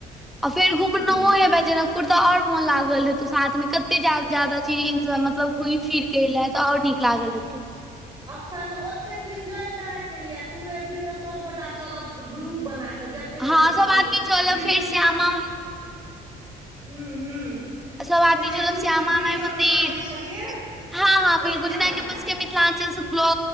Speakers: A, in the centre; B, on the right (about 20°).
A: आ फेर घुमना
B: हूँ
A: हयाभै जनकपुर। तऽ आओर मोन लागल रहै, तू साथमे कतेक ज्यादा चीज एन्जॉय मतलब घुमि-फिरि। केले त आओर नीक लागल हेतै
B: अखन ओतेक एन्जॉय कहऽ कऽ लिअ, तू अभी तऽ सभगोटा ग्रुप बना कऽ चलब। कतेय
A: हँ
B: लड़की
A: सब
B: छिय
A: आदमी चलब
B: आ वीडियो
A: फेर श्यामा
B: जेना ब हू हू
A: सब आदमी
B: जेना
A: चलब
B: ग्रुपमे
A: श्यामा
B: वीडियो
A: माइ मंदिर
B: बनाबै छलियै।
A: हँ, हँ बिल्कूल
B: ओहिना
A: जी नहिके
B: बनायब
A: पासके मिथिलांचलसँ ब्ल